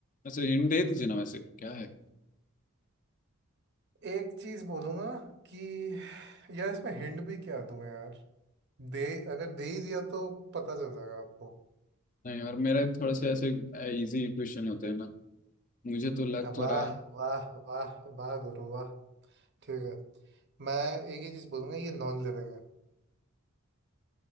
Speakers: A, on the left (about 40°); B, on the right (about 55°).
A: वैसे हिंट दे दीजिए ना वैसे क्या है
B: एक चीज बोलूंगा कि यार इसमें हिंट भी क्या दूं यार दे अगर दे ही दिया तो पता चल जाएगा आपको
A: नहीं और मेरा थोड़े से ऐसे इजी क्वेश्चन होते हैं ना मुझे तो लग तो
B: वाह
A: रहा है
B: वाह वाह वाह गुरु वाह ठीक है मैं एक ही चीज बोलूंगा ये नॉन लिविंग है